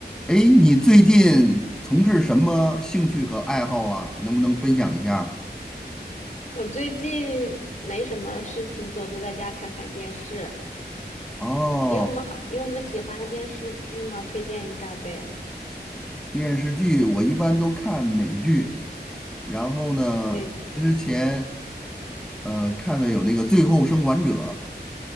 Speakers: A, in the centre; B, on the left.
A: 哎，你最近从事什么兴趣和爱好啊？能不能分享一下？
B: 我最近没什么事情做，就在家看看电视。
A: 哦，
B: 你有什么好？你有什么喜欢的电视剧吗？推荐一下呗。
A: 电视剧我一般都看美剧，然后呢，
B: 美剧
A: 之前呃看的有那个《最后生还者》